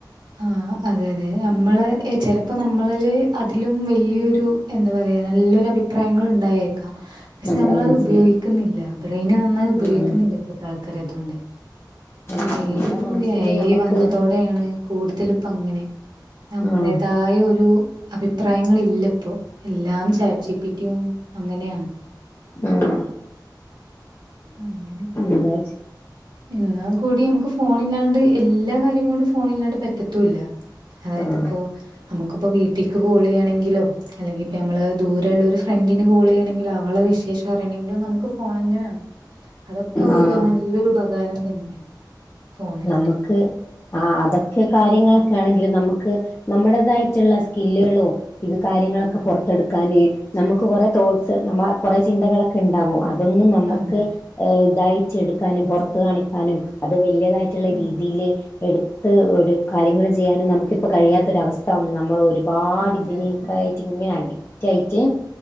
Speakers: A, on the right; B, on the left.
A: ആ അതെ അതെ നമ്മള് ചിലപ്പോൾ നമ്മളിൽ അതിലും വലിയൊരു എന്താ പറയുക നല്ലൊരു അഭിപ്രായങ്ങൾ ഉണ്ടായേും പക്ഷെ
B: നമ്മളെ
A: നമ്മളത്
B: മനസ്സില്
A: ഉപയോഗിക്കുന്നില്ല ബ്രെയിന് നന്നായി ഉപയോഗിക്കുന്നില്ല
B: ആഹ്
A: ഇപ്പഴത്തെ ആൾക്കാരെ അതുകൊണ്ട്.
B: ആഹ്
A: ഈ
B: നമ്മളെ മനസ്സില്
A: ഏഐ
B: നമ്മക്ക്
A: വന്നതോടെയാണ് കൂടുതല ഇപ്പ അങ്ങനെ നമ്മളേതായ
B: ആഹ്
A: ഒരു അഭിപ്രായങ്ങളില്ല ഇപ്പോ എല്ലാം ചാറ്റ്ജിപിറ്റിയും അങ്ങനെയാണ്.
B: ആഹ്
A: അങ്ങനെയൊക്കെ
B: എന്താ
A: എന്നാൽ കൂടി നമുക്ക് ഫോൺഇല്ലാണ്ട് എല്ലാകാര്യങ്ങളും ഫോൺ ഇല്ലാണ്ട് പറ്റത്തൂല്ല. അതായത്
B: ആഹ്
A: ഇപ്പോ നമുക്കിപ്പോ വീട്ടിലക്ക് കോള് ചെയണെങ്കിലോ അല്ലെങ്കിൽ നമ്മള് ദൂരുള്ള ഒരു ഫ്രണ്ടിന് കോള് ചെയ്യുന്നെങ്കിലോ അവളെ വിശേഷ അറിയാനെങ്കിലോ നമുക്ക് ഫോൺ തന്നെ വേണം അതൊക്കെ
B: ആഹ്
A: നല്ലൊരു ഉപകാരം തന്നെയാണ്. ഫോണായിട്ട്.
B: നമുക്ക് ആ അതൊക്കെ കാര്യങ്ങളൊക്കെ ആണെങ്കിൽ നമുക്ക് നമ്മുടേതായിട്ടുള്ള സ്കില്ലുകളോ ഇത് കാര്യങ്ങളൊക്കെ
A: അതെ
B: പുറത്തെടുക്കാന് നമുക്ക് കുറെ തോട്ട്സ് നമ്മ കുറേ ചിന്തകളൊക്കെ ഉണ്ടാവും അത് അതൊന്നും നമുക്ക്
A: അതെ അതെ
B: ഇതയച്ചെടുക്കാനും പുറത്ത് കാണിക്കാനും അത് വലിയതായിട്ട് മറ്റുളള
A: ഉം
B: രീതിൽ എടുത്ത് ഒരു കാര്യങ്ങൾ ചെയ്യാനും നമുക്കിപ്പോൾ കഴിയാത്തൊരവസ്ഥ വന്ന് നമ്മൾ ഒരു ഒരുപാട്
A: അതെ
B: ഇതിനേക്കായിട്ട്
A: അതെ
B: ഇങ്ങനെ അഡിക്റ്റ് ആയിട്ട്